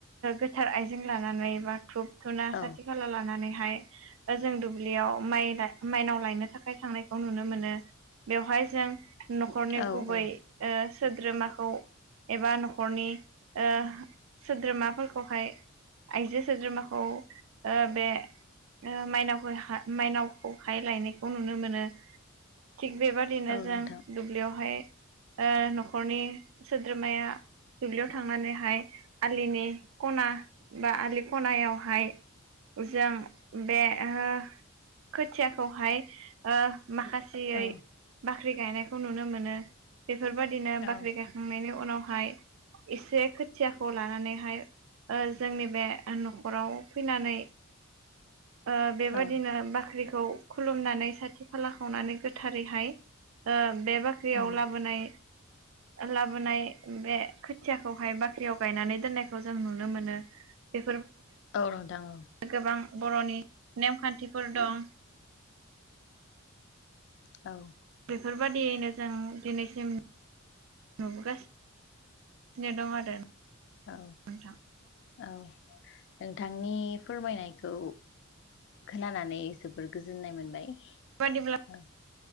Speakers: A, on the right (about 70°); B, on the left (about 60°).
A: गोथार आइजें लानानै बा थुब थुना
B: औ
A: साथि खाला लानानै हाय जों दुब्लियाव माइ माइनाव लायनो थाखाय थांनायखौ नुनो मोनो बेवहाय जों न'खरनि
B: औ
A: गुबै
B: औ
A: ओ सोद्रोमाखौ एबा न'खरनि ओ सोद्रोमाफोरखौहाय आइजो सोद्रोमाखौ ओ बे ओ माइनाव मायनावखौहाय लायनायखौ नुनो मोनो थिग बेबादिनो
B: औ
A: जों
B: नोंथां
A: दुब्लियावहाय ओ न'खरनि सोद्रोमाया दुब्लियाव थांनानैहाय आलिनि खना बा आलि खनायावहाय जों बे हो खोथियाखौहाय ओ माखासेयै
B: औ
A: बा ख्रि गायनायखौ नुनो मोनो बेफोर बायदिनो
B: औ
A: बाख्रि गायखांनायनि उनावहाय एसे खोथियाखौ लानानैहाय ओ जोंनि बे न'खराव फैनानै ओ बेबायदिनो
B: औ
A: बाख्रि खौ खुलुमनानै साथि खाला खावनानै गोथारैहाय ओ बे बाख्रियाव
B: उम
A: लाबोनाय लाबोनाय बे खोथियाखौहाय बाख्रियाव गायनानै दोननायखौ जों नुनो मोनो बे
B: औ नोथां औ
A: गोबां ब र'नि नेमखान्थिफोर दं
B: औ
A: बेफोर‌ बायदियैनो जों दिनैसिम नुबोगासि नो दं आरो
B: औ
A: नोंथां
B: औ नोंथांनि फोरमायनायखौ खोनानानै जोबोर गोजोननाय मोनबाय
A: बेबादिब्लाथ'
B: औ